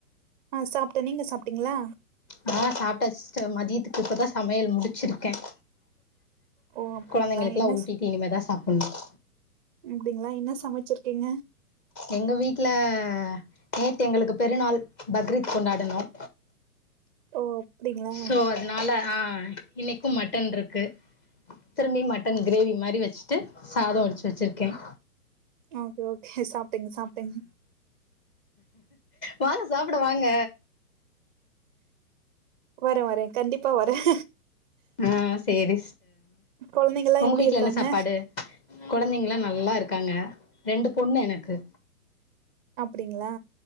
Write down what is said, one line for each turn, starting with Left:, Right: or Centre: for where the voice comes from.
Right: அ சாப்டேன் நீங்க சாப்பிட்டீங்களா
Left: நான் சாப்ட சிஸ்தர் மதியத்துக்கு இப்பதான் சமையல் முடிச்சிருக்கேன்
Right: ஓ அப்டிங்களா
Left: குழந்தைங்களுக்குல்லாம்
Right: என்ன
Left: ஊட்டிட்டு இனிமதான் சாப்படணும்
Right: அப்டிங்களா என்ன சமைச்சிருக்கீங்க
Left: எங்க வீட்டுல நேத்து எங்களுக்கு பெருநாள் பக்ரீத் கொண்டாடணும்
Right: ஓ அப்டிங்களா
Left: சோ அதனால ஆ இன்னைக்கும் மட்டன் இருக்கு திரும்பி மட்டன் கிரேவி மாரி வச்சுட்டு சாதம் வடிச்சு வச்சிருக்கேன்
Right: ஓகே ஓகே சாப்பிடுங்க சாப்பிடுங்க
Left: வாங்க சாப்பிட வாங்க
Right: வரேன் வரேன் கண்டிப்பா வரேன்
Left: ஆ சேரி
Right: கொழந்தைங்கல்லா
Left: உங்க
Right: எப்டி
Left: வீட்டில
Right: இருக்காங்க
Left: என்ன சாப்பாடு கொழந்தைங்கலாம் நல்லா இருக்கு இருக்காங்க ரெண்டு பொண்ணு எனக்கு
Right: அப்டிங்களா